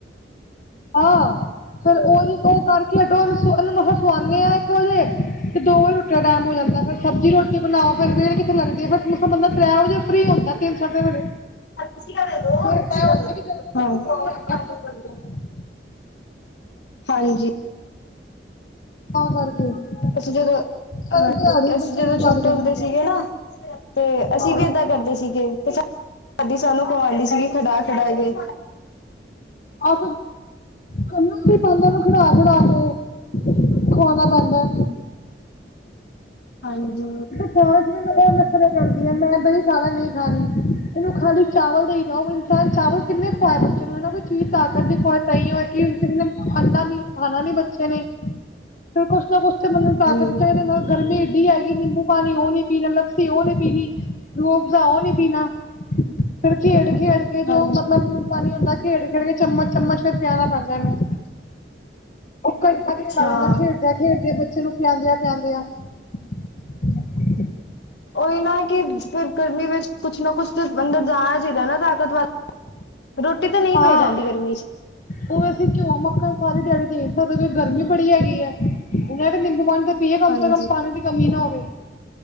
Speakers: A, on the left (about 45°); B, on the left (about 75°).
A: ਆਹ ਫੇਰ ਉਹੀ ਉਹ ਕਰਕੇ ਹੱਟੋ ਮ ਸਵਾ ਇੰਨੂੰ ਮੱਸਾ ਸਵਾਨੀ ਆ ਇਕ ਵਜੇ। ਤੇ ਦੋ ਵਜੇ ਰੋਟੀ ਦਾ ਟੈਮ ਹੋ ਜਾਂਦਾ ਫਿਰ ਸਬਜ਼ੀ ਰੋਟੀ ਬਣਾਓ। ਫੇਰ ਵੇਲ ਕਿੱਥੇ ਲਗਦੀ ਫੇਰ ਮੱਸਾ ਬੰਦਾ ਤੱਰੇਹ ਵਜੇ ਫ੍ਰੀ ਹੁੰਦਾ, ਤਿੰਨ ਸਾਡੇ ਵਜੇ
B: <unintelligible>
A: ਫਿਰ ਤਾਂ ਹੁੰਦਾ ਕਿ ਚਲ ਹੁਣ ਅਸੀਂ ਵੇਲੇ ਆ ਗਿਆ ਛੇ ਕੁ ਵਜੇ ਤੱਕ
B: ਹਾਂਜੀ।
A: ਤਾਹ ਕਰਕੇ।
B: ਅਸੀਂ ਜਦੋਂ
A: ਸਾਰੀ
B: ਹਾਂਜੀ
A: ਦਿਹਾੜੀ
B: ਅਸੀਂ
A: ਬੱਚੇ
B: ਜਦੋਂ
A: ਨੂੰ
B: ਛੋਟੇ
A: ਲੱਗ ਜਾਂਦੀ
B: ਹੁੰਦੇ
A: ਹੈ
B: ਸੀਗੇ ਨਾ। ਤੇ ਅਸੀਂ
A: ਹਾਂ
B: ਵੀ
A: ਆ
B: ਏਦਾਂ ਕਰਦੇ ਸੀਗੇ ਤੇ ਸਾਡ ਦਾਦੀ ਸਾਨੂੰ ਕਵਾਉਂਦੀ ਸੀਗੀ ਖਡਾ ਖਡਾ ਕੇ।
A: ਆਹ ਕਰਨਾ ਵੀ ਪੈਂਦਾ ਉਹਨੂੰ ਖਡਾ ਖਡਾ ਕੇ। ਖਵਾਉਣਾ ਪੈਂਦਾ।
B: ਹਾਂਜੀ।
A: ਸਾਂਜ ਮੈਨੂੰ ਏ ਨਖਰੇ ਕਰਦੀ ਐ ਮੈਂ ਦਹੀ ਖਾ ਲੇ ਨਹੀਂ ਖਾਣੀ। ਇਹਨੂੰ ਖਾਲੀ ਚਾਵਲ ਦਈਂ ਜਾਓ, ਇਨਸਾਨ ਚਾਵਲ ਕਿੰਨੇ ਖਵਾਏ ਬੱਚੇ ਨੂੰ, ਹੇਨਾ ਬਈ ਕੋਈ ਚੀਜ਼ ਤਾਕਤ ਦੀ ਖਵਾਏ ਤਾਹੀਓਂ ਹੈ ਕਿ ਅੰਡਾ ਮੀਟ ਖਾਣਾ ਨੀ ਬੱਚੇ ਨੇ, ਫੇਰ ਕੁਛ ਨਾ ਕੁਛ ਤੇ ਬੰਦੇ ਨੂ ਤਾਕਤ
B: ਜੀ,
A: ਚਾਹੀਦੀ ਨਾਲ ਗਰਮੀ ਇੱਡੀ ਹੈ। ਨਿੰਬੂ ਪਾਣੀ ਉਹ ਨੀ ਪੀਣਾ ਲੱਸੀ ਉਹ ਨੀ ਪੀਣੀ ਰੂਹਾਫ਼ਜ਼ਾਂ ਉਹ ਨੀ ਪੀਣਾ। ਫੇਰ ਖੇਡ ਖੇਡ ਕੇ ਜੋ
B: ਹਾਂਜੀ,
A: ਮਤਲਬ ਨੂੰਨ ਪਾਣੀ ਹੁੰਦਾ ਖੇਡ ਖੇਡ ਕੇ ਚਮਚ ਚਮਚ ਫੇਰ ਪਿਆਣਾ ਪੈਂਦਾ ਇਹਨੂੰ। ਘੰਟਾ ਤੇ
B: ਅੱਛਾ।
A: ਲਗ ਜਾਂਦਾ ਖੇਡਦਿਆਂ-ਖੇਡਦੇਆਂ ਬੱਚੇ ਨੂੰ ਪਿਆਦਿਆਂ-ਪਿਆਦਿਆਂ। <inaudible>
B: ਉਹੀ ਨਾ ਕਿ ਫਿਰ ਗਰਮੀ ਵਿੱਚ ਕੁਛ ਨਾ ਕੁਛ ਤੇ ਅੰਦਰ ਜਾਣਾ ਚਾਹੀਦਾ ਐ ਨਾ ਤਾਕਤ ਵਾ
A: <inaudible>
B: ਰੋਟੀ ਤਾਂ ਨਹੀਂ
A: ਹਾਂ
B: ਖਾਈ ਜਾਂਦੀ ਗਰਮੀ ਚ।
A: ਉਹ ਵੈਸੇ ਕਯੋ ਮੱਖਣ ਸਾਰੇ ਦਿਹਾੜੀ ਦੇ ਨੀ ਸਕਦੇ ਹੋ ਗਰਮੀ ਬੜੀ ਹੈਗੀ ਐ। ਇਹ ਤੇ ਨਿੰਬੂ ਪਾਣੀ ਦੇ ਪੀਏ ਕਮ
B: ਹਾਂਜੀ
A: ਸੇ ਕਮ ਪਾਣੀ ਦੀ ਕਮੀ ਨਾ ਹੋਵੇ।